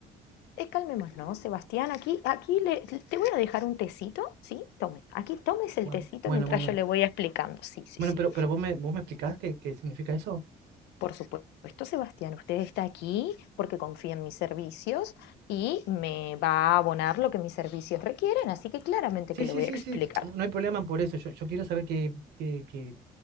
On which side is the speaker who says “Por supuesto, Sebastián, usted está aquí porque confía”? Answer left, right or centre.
Left